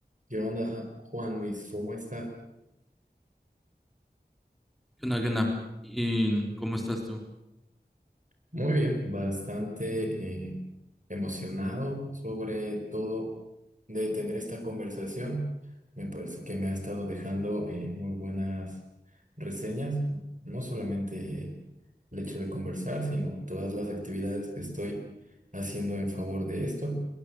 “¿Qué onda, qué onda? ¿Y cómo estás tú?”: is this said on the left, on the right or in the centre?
Centre